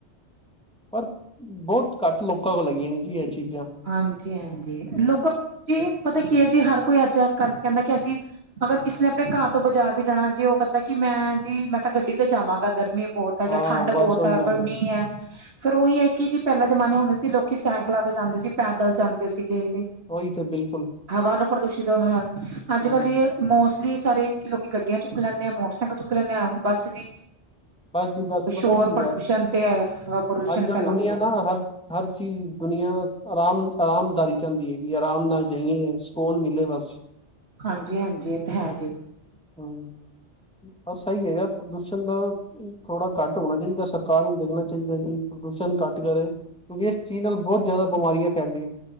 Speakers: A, in the centre; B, on the right.
A: ਪਰ, ਬਹੁਤ ਘੱਟ ਲੋਕਾਂ ਕੋਲ ਲੱਗੀਆਂ ਨੇ ਜੀ ਇਹ ਚੀਜ਼ਾਂ।
B: ਹਾਂਜੀ ਹਾਂਜੀ ਲੋਕਾਂ ਜੀ ਪਤਾ ਕੀ ਹੈ, ਜੇ ਹਰ ਕੋਈ ਅੱਜ ਕੱਲ ਕਹਿੰਦਾ ਕਿ ਅਸੀਂ ਅਗਰ ਕਿਸੇ ਨੇ ਆਪਣੇ ਘਰ ਤੋਂ ਬਾਜ਼ਾਰ ਵੀ ਜਾਣਾ ਜੀ, ਉਹ ਕਹਿੰਦਾ, ਕਿ ਮੈਂ ਜੀ, ਮੈਂ ਤਾਂ ਗੱਡੀ ਤੇ ਜਾਵਾਂਗਾ ਗਰਮੀ ਬਹੁਤ ਹੈ
A: ਹਾਂ
B: ਜਾਂ, ਠੰਡ ਬਹੁਤ
A: ਬਸ ਉਹੀ
B: ਹੈ,
A: ਗੱਲ
B: ਪਰ ਮੀਂਹ ਹੈ। ਫਿਰ ਉਹੀ ਹੈ ਕਿ, ਜੇ ਪਹਿਲਾਂ ਜਮਾਨੇ ਹੁੰਦੇ ਸੀ ਲੋਕੀ ਸਾਈਕਲਾਂ ਤੇ ਜਾਂਦੇ ਸੀ, ਪੈਦਲ ਜਾਂਦੇ ਸੀਗੇ।
A: ਉਹੀ ਤੇ ਬਿਲਕੁਲ
B: ਹਵਾ ਨੂੰ ਪ੍ਰਦੂਸ਼ਿਤ ਹੋ, ਅੱਜ
A: ਹਮ
B: ਕੱਲ੍ਹ ਜੀ ਮੋਸਟਲੀ ਸਾਰੇ ਲੋਕੀ ਗੱਡੀਆਂ ਚੁੱਕ ਲੈਂਦੇ ਆ, ਮੋਟਰਸਾਈਕਲ ਚੁੱਕ ਲੈਂਦੇ ਆ, ਬੱਸ ਜੀ।
A: ਬਸ ਜੀ ਬਸ ਪਤਾ
B: ਸ਼ੋਰ
A: ਕੀ
B: ਪ੍ਰਦੂਸ਼ਣ,
A: ਹੈ
B: ਤੇ ਹਵਾ ਪ੍ਰਦੂਸ਼ਣ
A: ਅੱਜ ਕੱਲ੍ਹ
B: ਫੈਲਾਉਂਦੇ
A: ਦੁਨੀਆਂ ਨਾ
B: ਏ
A: ਹਰ ਹਰ ਚੀਜ਼ ਦੁਨੀਆਂ ਆਰਾਮ ਆਰਾਮਦਾਰੀ। ਜਾਂਦੀ ਹੈਗੀ, ਆਰਾਮ ਨਾਲ ਜਾਈਏ ਸਕੂਨ ਮਿਲੇ ਬਸ।
B: ਹਾਂਜੀ ਹਾਂਜੀ ਇਹ ਤੇ ਹੈ ਜੀ।
A: ਹਮ, ਬਸ ਸਹੀ ਏ ਯਾਰ ਪ੍ਰਦੂਸ਼ਣ ਦਾ ਥੋੜਾ ਘੱਟ ਹੋਣਾ ਚਾਹੀਦਾ, ਸਰਕਾਰ ਨੂੰ ਦੇਖਣਾ ਚਾਹੀਦਾ ਕਿ ਪ੍ਰਦੂਸ਼ਣ ਘੱਟ ਕਰੇ। ਕਿਉਂਕਿ, ਇਸ ਚੀਜ਼ ਨਾਲ ਬਹੁਤ ਜ਼ਿਆਦਾ ਬਿਮਾਰੀਆਂ ਫੈਲਦੀਆਂ ਨੇ